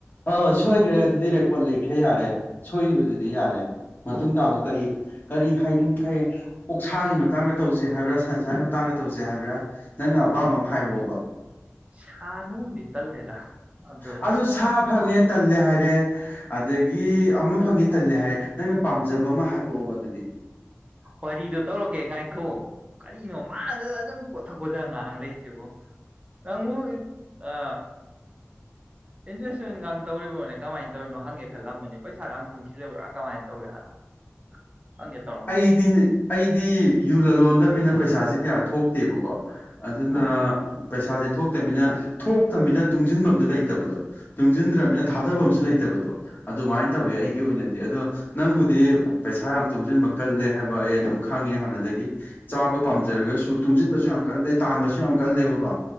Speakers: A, on the left; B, on the right.
A: ꯑꯥ ꯁꯣꯏꯈ꯭ꯔꯦ ꯑꯗꯨꯗꯤ ꯔꯦꯀꯣꯔꯠ ꯂꯩꯈ꯭ꯔꯦ ꯌꯥꯔꯦ ꯁꯣꯏꯈꯤꯕꯗꯨꯗꯤ
B: ꯎꯝ
A: ꯌꯥꯔꯦ ꯃꯇꯨꯡ ꯇꯥꯕ ꯀꯔꯤ ꯀꯔꯤ ꯍꯥꯏꯅꯤꯡꯈꯩ ꯑꯣꯛꯁꯥꯒꯤ ꯃꯇꯥꯡꯗ ꯇꯧꯁꯦ ꯍꯥꯏꯕ꯭ꯔꯥ ꯁꯟꯁꯥꯒꯤ ꯃꯇꯥꯡꯗ ꯇꯧꯁꯦ ꯍꯥꯏꯕ꯭ꯔꯥ ꯅꯪꯅ ꯑꯄꯥꯝꯕ ꯑꯃ ꯍꯥꯏꯔꯛꯑꯣꯕ
B: ꯁ ꯅꯣꯡꯅꯤ <unintelligible> ꯇꯜꯂꯦꯗ ꯑꯗꯨꯣ
A: ꯑꯗꯨ ꯁꯥ ꯐꯪꯉꯦ ꯇꯜꯂꯦ ꯍꯥꯏꯔꯦ ꯑꯗꯒꯤ ꯑꯃ ꯐꯪꯉꯤ ꯇꯜꯂꯦ ꯍꯥꯏꯔꯦ ꯅꯪꯅ ꯄꯥꯝꯖꯕ ꯑꯃ ꯍꯥꯏꯔꯛꯑꯣꯕ ꯑꯗꯨꯗꯤ
B: ꯋꯥꯔꯤꯗꯣ ꯇꯧꯔꯛꯀꯦ ꯉꯥꯏꯈꯣ ꯀꯔꯤꯅꯣ ꯃꯥꯗꯨꯗ ꯑꯗꯨꯝ ꯀꯣꯊ ꯀꯣꯊ ꯉꯥꯏꯍꯥꯛ ꯂꯩꯁꯤꯕꯨ ꯅꯪꯕꯨ ꯑ ꯏꯟꯚꯦꯁꯃꯦꯟꯒ ꯇꯧꯔꯤꯕ꯭ꯔꯣꯅꯦ ꯀꯃꯥꯏꯅ ꯇꯧꯔꯤꯅꯣ ꯍꯪꯒꯦ ꯈꯜꯂꯝꯕꯅꯤ ꯄꯩꯁꯥꯒ ꯇꯨꯡꯁꯤꯜꯂꯤꯔꯕ꯭ꯔꯥ ꯀꯃꯥꯏ ꯇꯧꯒꯦ ꯍꯥꯟꯅ ꯍꯪꯒꯦ ꯇꯧꯔꯝꯕꯅꯦ
A: ꯑꯩꯗꯤꯅꯦ ꯑꯩꯗꯤ ꯌꯨ ꯂꯂꯣꯟꯗꯕꯅꯤꯅ ꯄꯩꯁꯥꯁꯤ ꯀꯌꯥ ꯊꯣꯛꯇꯦꯕꯀꯣ ꯑꯗꯨꯅ ꯄꯩꯁꯥꯁꯦ ꯊꯣꯛꯇꯅꯤꯅ ꯊꯣꯛꯇꯅꯤꯅ ꯇꯨꯡꯁꯤꯟꯐꯝꯗꯨ ꯂꯩꯇꯕꯗꯣ ꯇꯨꯡꯁꯤꯟꯗ꯭ꯔꯅꯤꯅ ꯊꯥꯗꯐꯝꯁꯨ ꯂꯩꯇꯕꯗꯣ ꯑꯗꯨꯃꯥꯏꯅ ꯇꯧꯋꯦ ꯑꯩꯒꯤ ꯑꯣꯏꯅꯗꯤ ꯑꯗꯣ ꯅꯪꯕꯨꯗꯤ ꯄꯩꯁꯥ ꯌꯥꯝ ꯇꯨꯡꯁꯤꯟꯕ ꯀꯜꯂꯦ ꯍꯥꯏꯕ ꯑꯩ ꯑꯗꯨꯝ ꯈꯪꯉꯦ ꯍꯥꯟꯅꯗꯒꯤ ꯆꯥꯕ ꯄꯥꯝꯖꯔꯒꯁꯨ ꯇꯨꯡꯁꯤꯟꯕꯁꯨ ꯌꯥꯝ ꯀꯜꯂꯦ ꯇꯥꯟꯕꯁꯨ ꯌꯥꯝ ꯀꯜꯂꯦꯕꯀꯣ